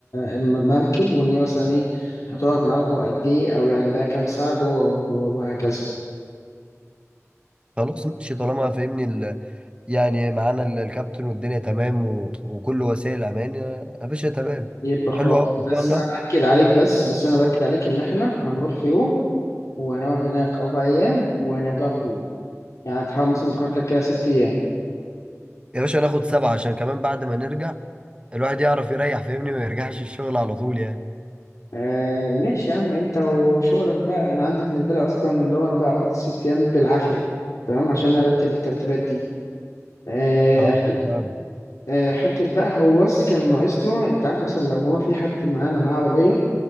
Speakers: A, on the left (about 85°); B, on the right (about 20°).
A: المركب وإن هي مثلا إيه هتقعد معاكم قد إيه أو يعني بقى كام ساعة جوه و- وهكذا
B: خلاص ماشي طالما فاهمني ال... يعني معانا ال- الكابتن والدنيا تمام و... وكل وسائل امان يا يا باشا تمام
A: يبقى خلاص
B: حلو قوي ان شاء
A: بس
B: الله
A: أنا بأكد عليك بس بس أنا بأكد عليك إن إحنا هنروح في يوم وهنقعد هناك أربع أيام وهنرجع في يوم يعني تحاول مثلا تاخد لك كده ست أيام
B: يا باشا ناخد سبعة عشان كمان بعد ما نرجع الواحد يعرف يريح فاهمني ما يرجعش الشغل على طول يعني
A: آه ماشي يا عم انت وشغلك بقى انا عندي بالنسبه لي اصلا اللي هو انا بقى اخد الست ايام بالعافيه تمام عشان ارتب الترتيبات دي آه
B: اه
A: حت
B: فاهم
A: آه حته بقى هو بس كان ناقصنا انت عارف مثلا لو هو في حد معانا معاه عربيه